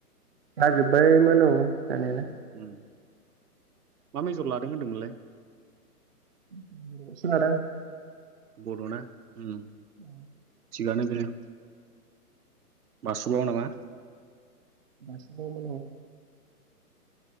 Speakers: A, on the right (about 40°); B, on the right (about 70°).
A: जाजोब्बायमोन औ जानायालाय
B: उम मा मेजर लादों होन्दोंमोनलाय?
A: <unintelligible>
B: बड'ना उम
A: औ
B: थिगानो बेनो बासुगाव नामा
A: बासुगावमोन औ